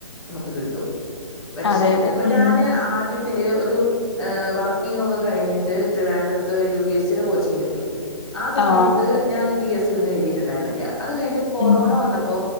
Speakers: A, in the centre; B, on the left.
A: നമുക്ക് കിട്ടും പക്ഷെ
B: അതെ അതെ
A: ഇപ്പൊ
B: ഉം
A: ഞാന് ആദ്യത്തെ ഒരു വർക്കിംങ് ഒക്കെ കഴിഞ്ഞിട്ട് ട്രിവാൻഡ്രത്ത് യു പി എസ് സി യുടെ കോച്ചിങ്ങിന് പോയി ആ സമയത്ത്
B: ആഹ്
A: ഞാന് പി എസ് സി ഒന്നും എഴുതിയിട്ടുണ്ടായിരുന്നില്ല അത് കഴിഞ്ഞിട്ട് കൊറോണ
B: ഉം
A: വന്നപ്പോ